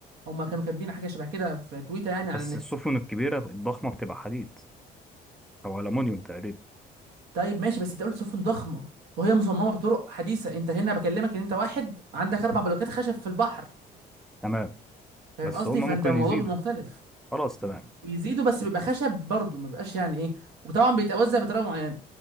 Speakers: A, on the right (about 80°); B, in the centre.
A: هما كانوا كاتبين حاجه شبه كده في تويتر يعني على
B: بس
A: النت
B: السفن الكبيرة الضخمة بتبقى حديد أو ألمونيوم تقريبا
A: طيب ماشي بس انت قلت سفن ضخمه وهي مصممه بطرق حديثه انت هنا بكلمك ان انت واحد عندك اربع بلوكات خشب في البحر
B: تمام
A: فاهم
B: بس
A: قصدي
B: هما
A: فانت
B: ممكن
A: الموضوع
B: يزيدوا
A: بيبقى مختلف
B: خلاص تمام
A: بيزيدوا بس بيبقى خشب برضه ما بيبقاش يعني ايه وطبعا بيتوزع بطريقه معينه